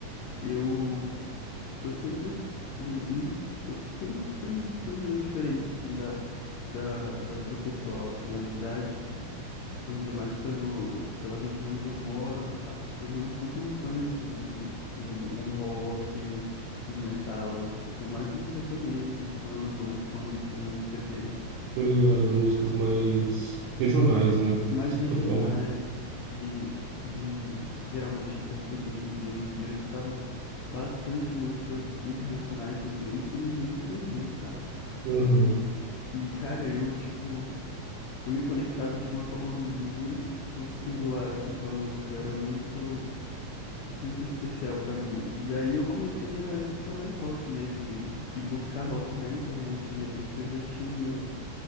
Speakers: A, on the left; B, on the right.
A: eu, eu sempre fui, não, eu sempre fui meio diferente, assim, da, da, da- do pessoal, assim, da minha idade. Ainda mais pelo, pela região onde eu moro, as pessoas não escutam tanto um, um, o rock, um metal, elas escutam mais um sertanejo, um samba, um funk, um MPB,
B: Tô ligado,
A: e
B: músicas mais regionais, né?
A: mais
B: De certa
A: regionais,
B: forma.
A: de, de geralmente em português. E eu, es- e eu escutava bastante músicas internacionais em inglês sem nem entender, sabe?
B: Aham,
A: E, e cara, eu, tipo, eu me conectava de uma forma muito singular, assim, com a música, era muito. muito especial pra mim. E aí eu comecei a escutar mais rock mesmo e, e buscar rock na internet mesmo. Isso eu já tinha meus